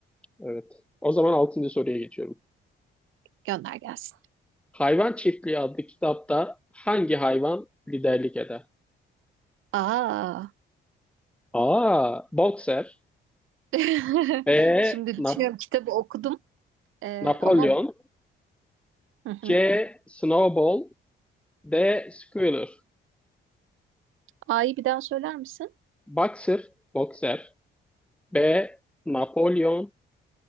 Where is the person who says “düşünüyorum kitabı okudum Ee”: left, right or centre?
Right